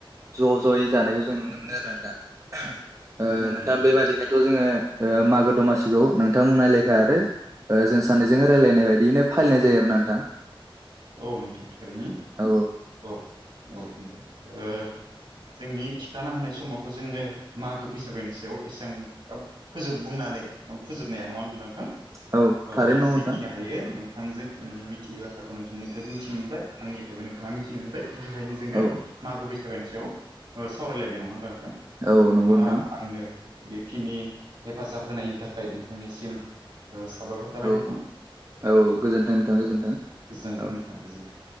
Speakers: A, on the right; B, on the right.
A: ज' ज'यै जानायखौ जों नुनो मोनो आरो ना नोंथां
B: नंगौ
A: नोंथां
B: नंगौ,
A: बेबादिनोथ' जोंङो ओ मागो दमासिखौ नोंथांबुंनाय लेखा आरो ओ जों सानैजों रायलायनाय बायदियैनो फालिनाय जायो आरो ना नोंथां।
B: औ नोंथां थारैनो
A: औ
B: औ औ नोथां ओ जोंनि थिखाना होनाय समावथ' जोंङो मागो फैसागोनि सायाव एसां फोजोब बुंनानै फोजोबनो हा नङा होनब्ला नोंथां
A: औ
B: ओ
A: थारैनो
B: बे जिखिनि
A: नंगौ नोंथां
B: हायो आंजों नों मिथियि बाथ्राखौ नोंथांनिफ्रायबो मिथिनो मोनबाय आंनिफ्रायबो नोंथाङा मिथिनो मोनबाय बिनिहायनो जोंङो
A: औ
B: मागो बैसागोनि सायाव सावरायलायबाय नङा होनबा नोंथां
A: औ
B: नोंथाङा
A: नंगौ नोंथां
B: आंनो बेखिनि हेफाजाब होनायनि थाखाय नोंथांनिसिम साबायखर। थाबाय
A: औ
B: नोंथां
A: औ गोजोन्थों नोंथां
B: औ
A: गोजोन्थों
B: गोजोनथों
A: औ
B: नोंथां गोजोनथों